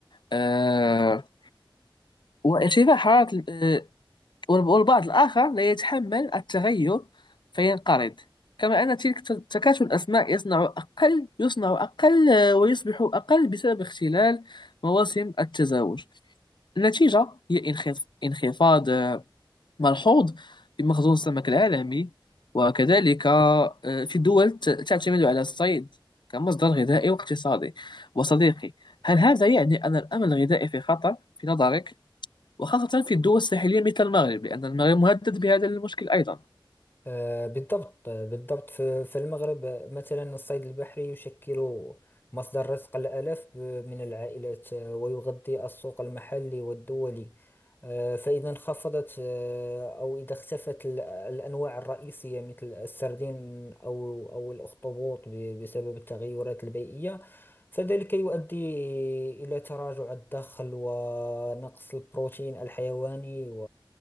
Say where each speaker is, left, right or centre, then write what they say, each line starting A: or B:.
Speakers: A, on the left; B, on the left.
A: آه، وارتفاع حرارة ال- آه، والب- والبعض الآخر لا يتحمل التغير فينقرض كما أن تلك الت- تكاتل الأسماك يصنع أقل يصنع أقل آه، ويصبح أقل بسبب اختلال مواسم التزاوج النتيجة هي انخف- انخفاض آه، ملحوظ في مخزون السمك العالمي وكذلك آه، في دول ت- تعتمد على الصيد كمصدر غذائي واقتصادي وصديقي هل هذا يعني أن الأمن الغذائي في خطر في نظرك؟ وخاصة في الدول الساحلية مثل المغرب لأن المغرب مهدد بهذا المشكل أيضا
B: آه، بالضبط آه، بالضبط في في المغرب آه، مثلا الصيد البحري يشكل مصدر رزق الآلاف ب- من العائلات آه، ويغذي السوق المحلي والدولي آه، فإذا انخفضت آه، أو إذا اختفت ال- الأنواع الرئيسية مثل السردين أو أو الأخطبوط ب- بسبب التغيرات البيئية فذلك يؤدي إلى تراجع الدخل ونقص البروتين الحيواني